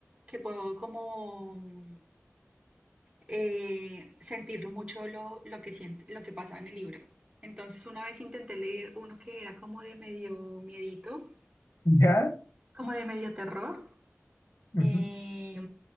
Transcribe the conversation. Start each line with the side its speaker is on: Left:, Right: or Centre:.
Right: que puedo como mm, eh, sentirlo mucho lo, lo que siente, lo que pasa en el libro. Entonces una vez intenté leer uno que era como de medio miedito,
Left: <laughs> ¿Ya?
Right: como de medio terror.
Left: Ujú.
Right: eh,